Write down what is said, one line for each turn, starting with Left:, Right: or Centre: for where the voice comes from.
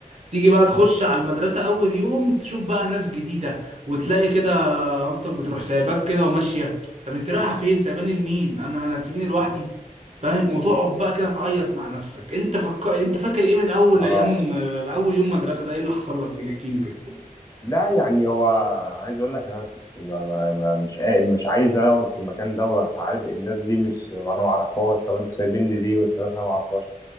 Right: تيجي بقى تخش على المدرسه اول يوم تشوف بقى ناس جديده وتلاقي كده مامتك بتروح سايباك كده وماشيه طب انت رايحه فين سايباني لمين انا انا هتسيبيني لوحدي فاهم وتقعد بقى كده تعيط مع نفسك انت فك... انت فاكر ايه من اول
Left: اه
Right: ايام اول يوم مدرسه ده ايه اللي حصل لك فيه احكي لي كده
Left: لا يعني هو عايز اقول لك انا كنت ب- ب- ب- مش قا- مش عايز اقعد في المكان دوت عارف الناس دي مش انا ما اعرفهاش طب انتوا سايبين لي دي والثلاثه ما اعرفهاش